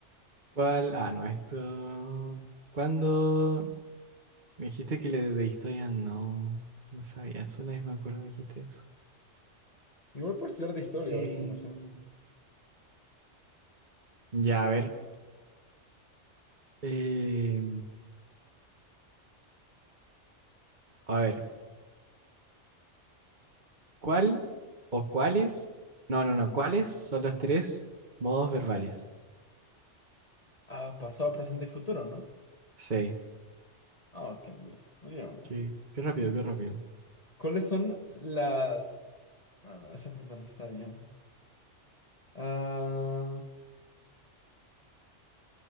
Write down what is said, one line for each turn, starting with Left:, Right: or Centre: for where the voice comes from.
Right: ¿cuál? Ah, no, esto... ¿Cuándo? Me dijiste que le de historia no... No sabía. una vez me acuerdo me dijiste eso.
Left: Igual puedes tirar de historia,
Right: Eh,
Left: a ver si me lo sé.
Right: ya, a ver. Eh, a ver. ¿Cuál o cuáles? No, no, no. ¿Cuáles son los tres modos verbales?
Left: Ah, pasado, presente y futuro, ¿no?
Right: Sí.
Left: Ah, ok, muy bien. Muy bien, muy bien.
Right: Qué, qué rápido,
Left: Muy
Right: qué rápido.
Left: ¿Cuáles son las... Ah, no, esa pregunta no está bien. Ah,